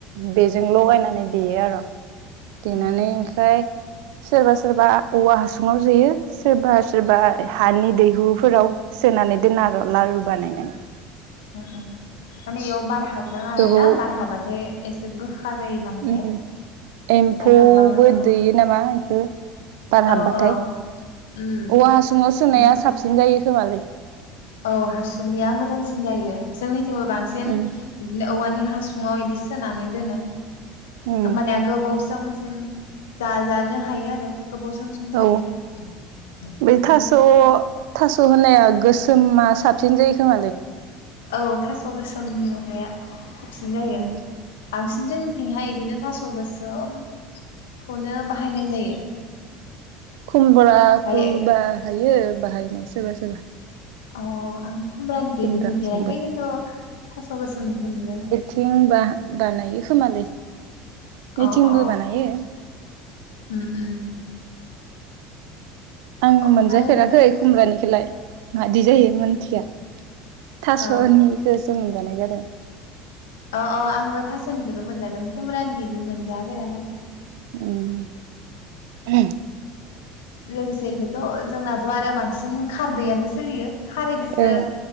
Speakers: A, on the right; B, on the left.
A: बेजों लगायनानै देयो आरो देनानै
B: अ
A: ओमफ्राय सोरबा सोरबा औवा हासुङाव सोयो सोरबा सोरबा हानि दैहुफोराव सोनानै दोनो आरो लारु बानायनानै।
B: ओ ओ माने बेयाव बार हाबनाङा
A: गोबाव
B: आरो ना बार हाबबाथाय एसे गोखा जायो। नामाथाय
A: उम एम्फौबो
B: बार हाबबा मोजां नङा
A: दैयो नामा बेखौ बार हाबबाथाय
B: औ औ उम
A: औवा हासुङाव सोनाया
B: इनिफ्राय
A: साबसिन जायो खोमालै
B: औ हासुंनिया मोजांसिन जायो जोंनिथिंबो बांसिन
A: उम
B: बिदिनो औवानि हासुङाव इदि सोनानै दोनो।
A: उम
B: होमबानेया गोबाव समसिम जाजानो हायो आरो गोबाव समसिम थायो
A: औ
B: बिदिनो
A: बै थास' थास' होनाया गोसोमा साबसिन जायो खोमालै
B: औ थास' गोसोमनि नुनाया साबसिन जायो
A: उम
B: बांसिन जोंनिथिंहाय बिदिनो थास' गोसोमखौनो बाहायनाय जायो
A: खमबराखौ
B: ओमफ्राय
A: बाहायो बाहायनाय सोरबा सोरबा
B: अ आं खुमब्रानिखौ
A: खुमब्राजोंबो
B: बिदि नुफेराखै खिन्थु थास' गोसोमनिखौ नुदों
A: थें बा बानायो खोमालै नैथिंबो
B: अ अ
A: बानायो
B: ओम ओम
A: आं
B: ओमफ्राय
A: मोनजाफेराखै
B: अ
A: खुमब्रानिखौलाय मादि जायो मोनथिया थास'निखौसो
B: अ
A: मोनजानाय जादों
B: अ अ आंबो थास'निखौनो मोनजादों खुमब्रानि इदि मोनजाफेराखै
A: ओम
B: लोगोसे बेखौथ' जोंनाथ' आरो बांसिन खारदैयानो सोलियो खारैजोंसो
A: ओं